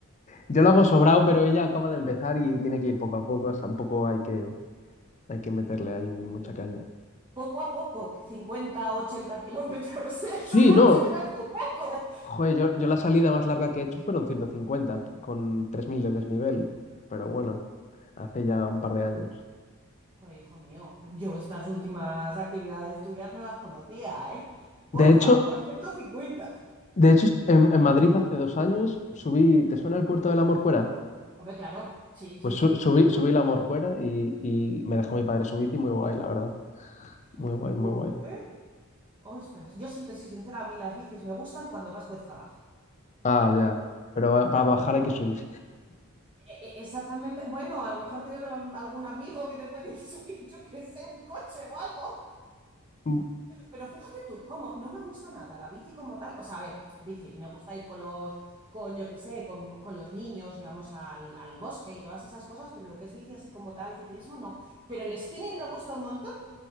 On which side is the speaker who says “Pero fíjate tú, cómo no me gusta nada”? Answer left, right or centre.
Right